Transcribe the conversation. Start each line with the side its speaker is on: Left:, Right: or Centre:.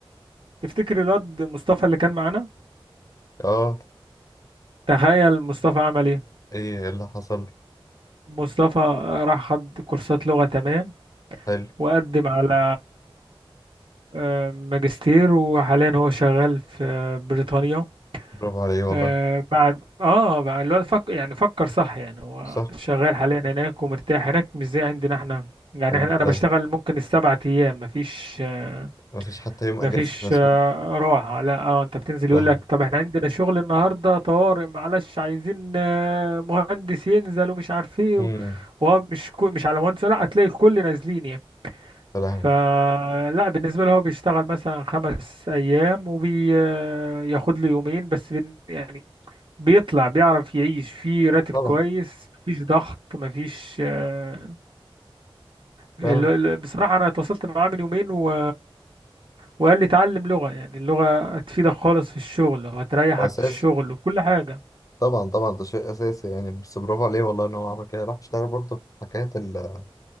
Right: تفتكر الواد مصطفى اللي كان معانا
Left: اه
Right: تخيل مصطفى عمل ايه
Left: ايه اللي حصل
Right: مصطفى راح خد كورسات لغة تمام
Left: حلو
Right: وقدم على آه، ماجستير وحاليا هو شغال في بريطانيا
Left: برافو عليه والله
Right: آه بعد اه بعد الوقت فك... يعني فكر صح يعني هو
Left: صح
Right: شغال حاليا هناك ومرتاح هناك مش زي عندنا احنا يعني
Left: الحمد
Right: احنا
Left: لله
Right: انا بشتغل ممكن السبعة ايام مفيش آه
Left: ما فيش حتى يوم
Right: مفيش
Left: اجازه في الاسبوع
Right: آه راحة لا اه انت بتنزل يقول
Left: يا لهوي
Right: لك طب احنا عندنا شغل النهاردة طوارئ معلش عايزين آه مهندس ينزل ومش عارف ايه
Left: امم
Right: و- وهو مش كو... مش على مهندس لا هتلاقي الكل نازلين يعني
Left: يا لهوي
Right: فلا بالنسبة له هو بيشتغل مثلا خمس أيام وبياخد له يومين بس بن... يعني بيطلع بيعرف يعيش في راتب
Left: طبعا
Right: كويس مفيش ضغط مفيش آه، ال-
Left: طبعا
Right: ال- بصراحة أنا اتواصلت معاه من يومين و... وقال لي اتعلم لغة يعني اللغة هتفيدك خالص في الشغل وهتريحك
Left: اساسي
Right: في الشغل وكل حاجة
Left: طبعا طبعا ده شيء اساسي يعني بس برافو عليه والله ان هو عمل كده راح اشتغل برضه في حكايه ال-